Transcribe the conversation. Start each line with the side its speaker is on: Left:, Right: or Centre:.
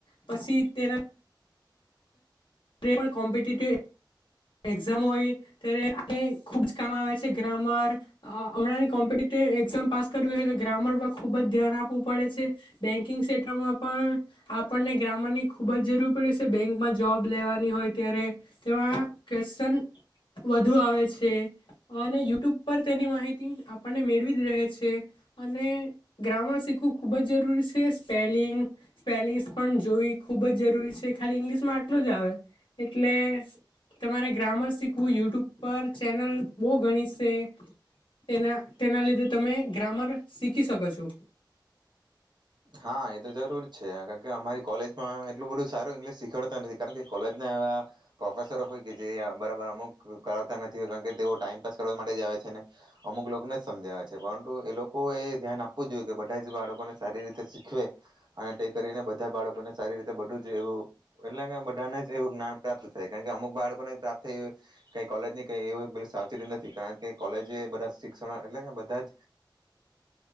Left: પછી તેના તે પણ કોમ્પિટી તે એક્ઝામ હોય, ત્યારે ખુબ જ કામ આવે છે ગ્રામર, હમણાં કોમ્પિટેટિવ એક્ઝામ પાસ કરવી હોય તો ગ્રામર પર ખૂબ જ ધ્યાન આપવું પડે છે, બેંકિંગ ક્ષેત્રમાં પણ આપણને ગ્રામરની ખુબ જ જરૂર પડે છે બેંકમાં જોબ લેવાની હોય ત્યારે, તેમાં ક્વેશચન વધુ આવે છે, અને યુટ્યુબ પર તેની માહિતી આપણને મેળવી જ રહે છે, અને ગ્રામર શીખવું ખૂબ જ જરૂરી છે સ્પેલિંગ સ્પેલિંગ્સ પણ જોવી ખૂબ જ જરૂરી છે ખાલી ઇંગ્લિશમાં આટલું જ આવે, એટલે તમારે ગ્રામર શીખવું યુટ્યુબ પર ચેનલ બહુ ગણી છે, તેના તેના લીધે તમે ગ્રામર શીખી શકો છો.
Right: હા એ તો જરૂર છે કારણ કે અમારી કોલેજમાં એટલું બધું સારું ઇંગ્લિશ શીખાડતા નથી, કારણ કે કોલેજના એવા પ્રોફેસરો હોય કે જે બરાબર અમુક કરાવતા નથી હોય, કારણ કે તેઓ ટાઈમપાસ કરવા માટે જ આવે છે. ને અમુક લોકોને જ સમજાવે છે, પરંતુ એ લોકો એ ધ્યાન આપવું જોઈએ કે બધા જ બાળકોને સારી રીતે શીખવે, અને તે કરીને બધા બાળકોને સારી રીતે બધું જ એવું એટલે બધાને જ એવું જ્ઞાન પ્રાપ્ત થાય કારણ કે અમુક બાળકોને પ્રાપ્ત થઈ, ક કોલેજની ક એવ સાવચેતી નથી કારણ કે કોલેજ એ બધા શિક્ષણ એટલે બધા જ